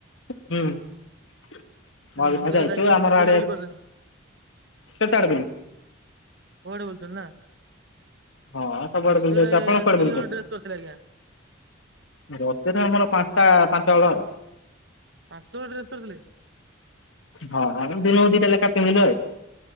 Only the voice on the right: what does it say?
ସେଠି ମନ୍ଦିର
ଯାଇଛନ୍ତି
ବୁଲାବୁଲି
କରିଛନ୍ତି
କୁଆଡେ ବଲୁଚ ନା?
ଆଉ ରଜରେ
କେଇ
ହଳ ଡ୍ରେସ କରିଥିଲେ ଆଜ୍ଞା?
ପାଞ୍ଚ ହଳ ଡ୍ରେସ କରିଥିଲେ